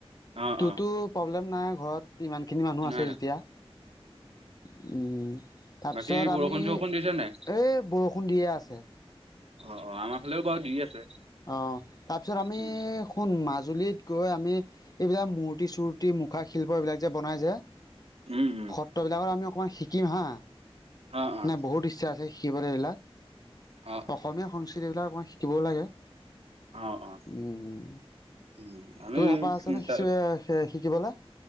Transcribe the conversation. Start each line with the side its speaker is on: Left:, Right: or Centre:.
Right: অ
Left: তোৰটো
Right: অ
Left: প্ৰব্লেম নাই ঘৰত ইমানখিনি মানুহ আছে
Right: নাই নাই
Left: যেতিয়া। উম, তাৰপিছত
Right: বাকী বৰষুণ
Left: আমি
Right: চৰষুণ
Left: এই
Right: দিছে নাই
Left: বৰষুণ দিয়ে আছে।
Right: অ', অ', আমাৰ ফালেয়ো বাৰু দি আছে।
Left: অ', তাৰপিছত আমি
Right: উম
Left: শুন, মাজ জুলিত গৈ আমি এইবিলাক মূৰ্তি, চূৰ্তি, মুখাশিল্প এইবিলাক যে, বনাই যে
Right: উম উম
Left: সত্ৰবিলাকৰ আমি অকমান শিকিম হা।
Right: অ অ
Left: নে, বহুত ইচ্ছা আছে শিকিবলে এইবিলাক।
Right: অ
Left: অসমীয়া সংস্কৃতিবিলাক অকমান শিকিবয়ো লাগে।
Right: অ অ অ
Left: উম,
Right: উম আমি
Left: তোৰ হেঁপাহ আছেনে?
Right: উম
Left: <unintelligible>
Right: তাৰ
Left: কি কলা।